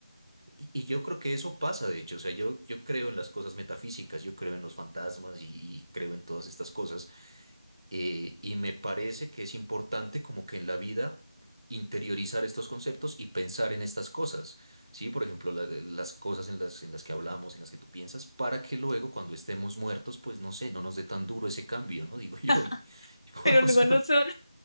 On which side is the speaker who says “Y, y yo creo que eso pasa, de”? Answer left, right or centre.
Right